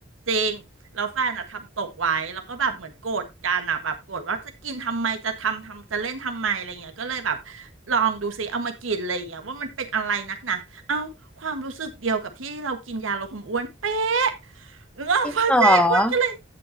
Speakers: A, on the right (about 90°); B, in the centre.
A: จริงแล้วแฟนอ่ะทำตกไว้แล้วก็แบบเหมือนโกรธกันอ่ะแบบโกรธว่าจะกินทำไมจะทำทำจะเล่นทำไมอะไรเงี้ยก็เลยแบบลองดูซิเอามากินอะไรเงี้ยว่ามันเป็นอะไรนักหนา เอาความรู้สึกเดียวกับที่เรากินยาลดความอ้วนเป๊ะเออพอเจ๊อ้วนก็เลย
B: จริงเหรอ